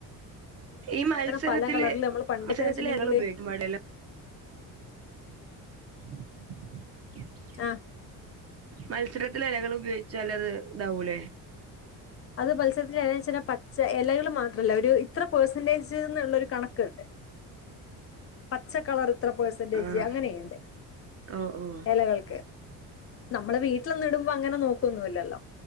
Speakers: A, on the right; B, on the left.
A: ഈ മത്സരത്തില്,
B: പല കളറിൽ നമ്മൾ പണ്ടൊക്കെ
A: മത്സരത്തില്
B: വെച്ചിട്ടുണ്ടെങ്കില്
A: ഞങ്ങള് ഉപയോഗിക്കും വാഴയില <inaudible>
B: അ
A: മത്സരത്തില് എലകൾ ഉപയോഗിച്ചാലത് താവൂലേ?
B: അത് മത്സരത്തില് എങ്ങനെ വെച്ച് കഴിഞ്ഞാൽ പച്ച എലകള് മാത്രല്ല ഒരു ഇത്ര പേർസെന്റേജ്ന്നുള്ള ഒരു കണക്ക്ണ്ട്
A: <inaudible>
B: പച്ചക്കളറ് ഇത്ര പെർസെന്റേജ്
A: ആഹ്
B: അങ്ങനെയുണ്ട്
A: ഓഹ് ഓഹ്
B: എലകൾക്ക്. നമ്മള് വീട്ടിലൊന്നും ഇടുമ്പൊ അങ്ങനെ നോക്കൊന്നുല്ലല്ലോ.